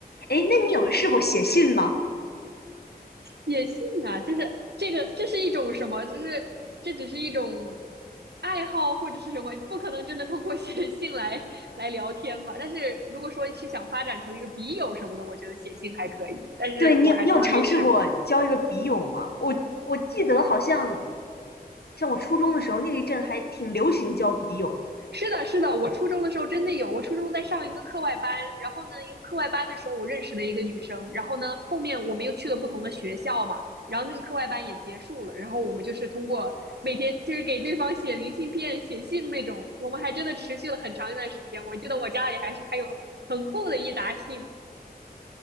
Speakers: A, on the left; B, on the right.
A: 哎，那你有试过写信吗？
B: 写信啊，就是这个，这是一种什么？就是这只是一种爱好或者是什么？不可能真的通过写信来来聊天吧？但是如果说是想发展成一个笔友什么的，我觉得写信还可以，但是我还从来没试过。
A: 对，你有你有尝试过交一个笔友吗？我我记得好像像我初中的时候那一阵还挺流行交笔友的，
B: 是的，是的，我初中的时候真的有。我初中在上一个课外班，然后呢，一个课外班的时候，我认识了一个女生，然后呢，后面我们又去了不同的学校嘛，然后那个课外班也结束了，然后我们就是通过每天就是给对方写明信片、写信那种，我们还真的持续了很长一段时间。我记得我家里还是还有很厚的一沓信，